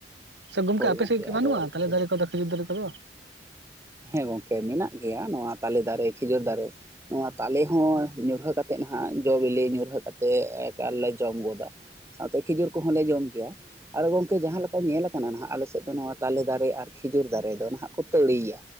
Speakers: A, on the right; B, on the right.
A: ᱥᱮ ᱜᱚᱝᱠᱮ
B: ᱦᱳᱭ
A: ᱟᱯᱮ
B: ᱜᱚᱢᱠᱮ
A: ᱥᱮᱫ ᱜᱮ ᱵᱟᱹᱱᱩᱜ-ᱟ
B: ᱟᱫᱚ
A: ᱛᱟᱞᱮ ᱫᱟᱨᱮ ᱠᱚᱫᱚ ᱠᱷᱤᱡᱩᱨ ᱫᱟᱨᱮ ᱠᱚᱫᱚ
B: ᱦᱮᱸ ᱜᱚᱝᱠᱮ ᱢᱮᱱᱟᱜ ᱜᱮᱭᱟ ᱱᱚᱣᱟ ᱛᱟᱞᱮ ᱫᱟᱨᱮ ᱠᱷᱤᱡᱩᱨ ᱫᱟᱨᱮ ᱱᱚᱣᱟ ᱛᱟᱞᱮ ᱦᱚᱸ ᱧᱩᱨᱦᱟᱹ ᱠᱟᱛᱮ ᱠᱟᱛᱮᱫ ᱱᱟᱦᱜ ᱡᱚ ᱵᱤᱞᱤ ᱧᱩᱨᱦᱟᱹ ᱠᱟᱛᱮᱫ ᱮᱠᱟᱞ ᱞᱮ ᱡᱚᱢ ᱜᱚᱫᱟ ᱥᱟᱶᱛᱮ ᱠᱷᱤᱡᱩᱨ ᱠᱚᱦᱚᱸ ᱞᱮ ᱡᱚᱢ ᱜᱮᱭᱟ᱾ ᱟᱫᱚ ᱜᱚᱝᱠᱮ ᱡᱟᱦᱟᱸ ᱞᱮᱠᱟ ᱧᱮᱞ ᱟᱠᱟᱱᱟ ᱱᱟᱦᱟᱜ ᱟᱞᱮᱮᱥᱮᱫ ᱫᱚ ᱱᱚᱣᱟ ᱛᱟᱞᱮ ᱫᱟᱨᱮ ᱟᱨ ᱠᱷᱤᱡᱩᱨ ᱫᱟᱨᱮ ᱫᱚ ᱱᱟᱦᱟᱜ ᱠᱚ ᱛᱟᱹᱲᱤᱭᱟ᱾